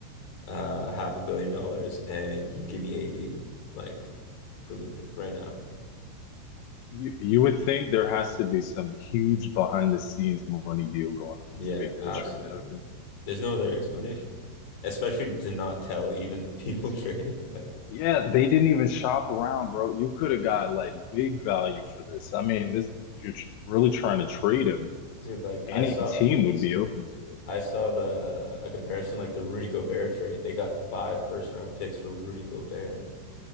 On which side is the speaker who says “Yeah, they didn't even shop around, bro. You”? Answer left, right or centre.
Left